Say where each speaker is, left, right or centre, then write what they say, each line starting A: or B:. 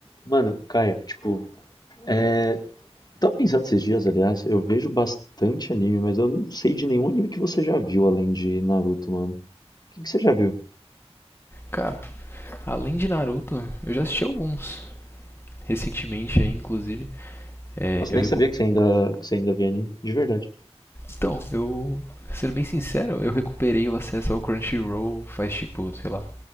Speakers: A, on the left; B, on the left.
A: Mano, Caio, tipo, é... tava pensando esses dias, aliás, eu vejo bastante anime, mas eu não sei de nenhum anime que você já viu além de Naruto, mano. O que que você já viu?
B: Cara, além de Naruto, eu já assisti alguns. Recentemente aí, inclusive. É,
A: Nossa,
B: eu
A: nem
B: recu...
A: sabia que você ainda, que você ainda via anime, de verdade.
B: Então, eu. Sendo bem sincero, eu recuperei o acesso ao Crunchyroll faz tipo, sei lá,